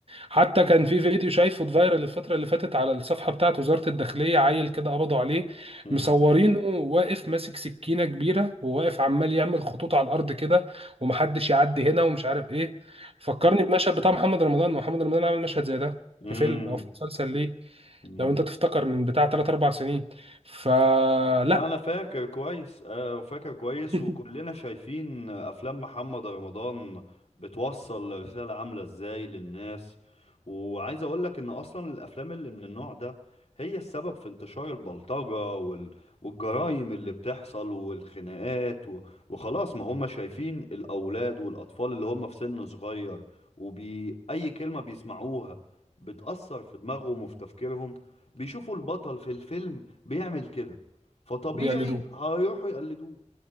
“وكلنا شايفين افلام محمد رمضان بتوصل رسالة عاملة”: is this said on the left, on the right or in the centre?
Left